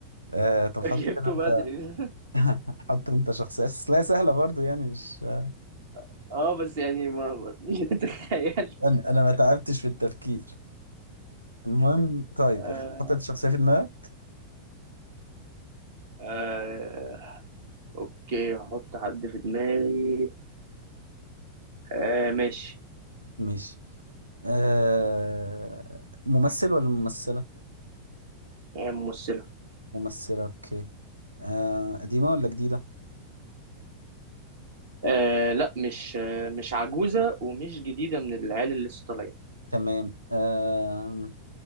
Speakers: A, on the right; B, on the right.
A: آه طب حط
B: جبته
A: كده انت
B: بدري
A: <laughs> حط انت شخصية بس لا سهلة برضه يعني مش آه،
B: <laughs> اه بس يعني ما ما <laughs> تخيلت
A: انا انا ما تعبتش في التفكير المهم طيب
B: آه
A: حطيت شخصية في دماغك
B: آه اوكي هحط حد في دماغي آه ماشي
A: ماشي آه ممثل ولا ممثلة
B: آه ممثلة
A: ممثلة اوكي آه قديمة ولا جديدة؟
B: آه لا مش آه مش عجوزة ومش جديدة من العيال اللي لسه طالعين
A: تمام آه